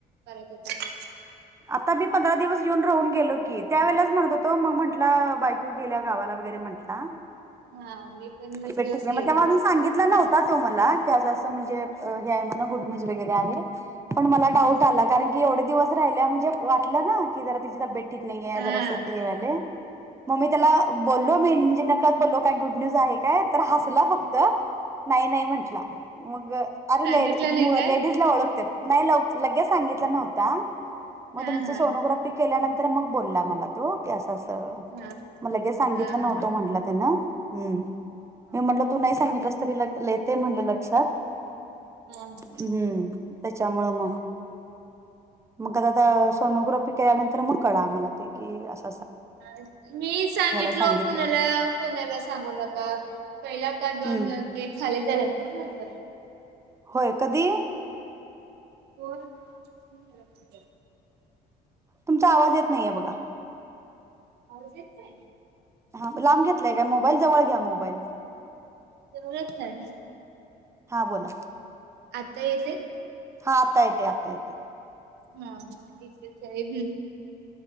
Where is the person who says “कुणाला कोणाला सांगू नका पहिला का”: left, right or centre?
Right